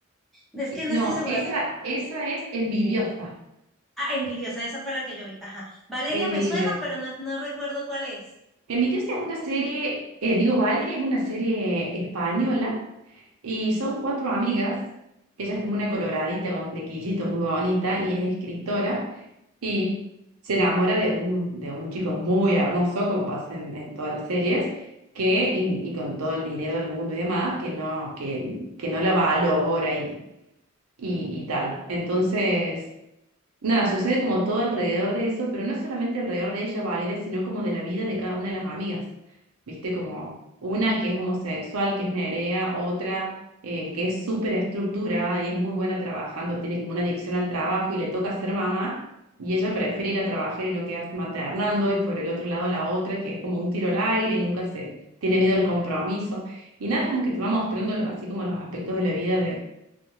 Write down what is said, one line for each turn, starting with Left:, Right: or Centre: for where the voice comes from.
Centre: Es que no
Right: No,
Centre: estoy segura,
Right: esa,
Centre: tengo
Right: esa es envidiosa.
Centre: Ah, envidiosa, esa fue la que yo vi. Ajá. Valeria
Right: Envidiosa.
Centre: me suena, pero no, no recuerdo cuál es.
Right: Envidiosa es una serie, eh, digo, Valeria es una serie española y son cuatro amigas. Ella es como una coloradita con flequillito muy bonita y es escritora y se enamora de un, de un chico muy hermoso, como pasa en, en todas las series, que, y, y con todo el dinero del mundo y demás, que no, que, que no la valora y, y, y tal. Entonces... Nada, sucede como todo alrededor de eso, pero no solamente alrededor de ella, Valeria, sino como de la vida de cada una de las amigas. Viste, como una que es homosexual, que es Nerea, otra eh, que es súper estructurada y es muy buena trabajando, tiene como una adicción al trabajo y le toca ser mamá, y ella prefiere ir a trabajar y no quedarse maternando, y por el otro lado la otra que es como un tiro al aire y nunca se tiene miedo al compromiso. Y nada, es como que te va mostrando así como los aspectos de la vida